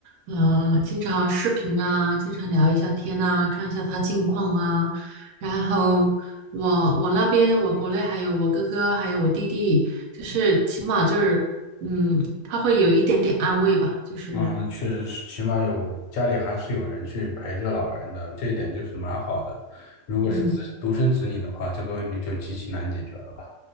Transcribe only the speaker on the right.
呃，经常视频啊，经常聊一下天呐，看一下他近况啊。然后我我那边我国内还有我哥哥还有我弟弟，就是起码就是，嗯，他会有一点点安慰吧，就是
嗯，